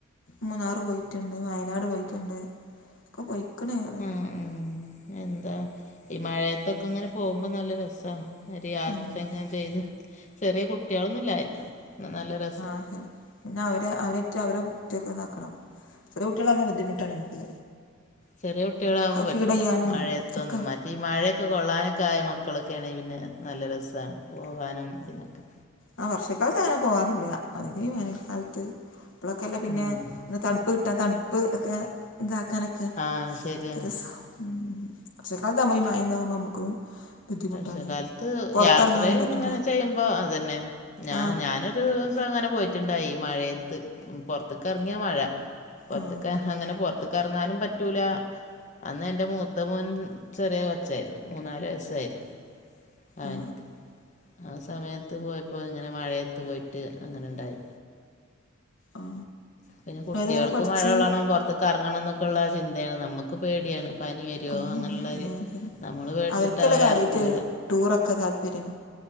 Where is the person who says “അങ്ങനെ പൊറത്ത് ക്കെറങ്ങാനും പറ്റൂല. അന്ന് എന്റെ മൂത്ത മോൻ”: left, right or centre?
Left